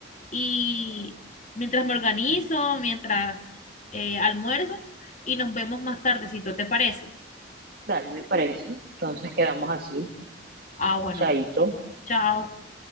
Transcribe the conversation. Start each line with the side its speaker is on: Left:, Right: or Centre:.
Left: y mientras me organizo, mientras eh, almuerzo y nos vemos más tardecito, ¿te parece?
Right: Dale, me parece. Entonces quedamos así.
Left: Ah, bueno,
Right: Chaito.
Left: chao.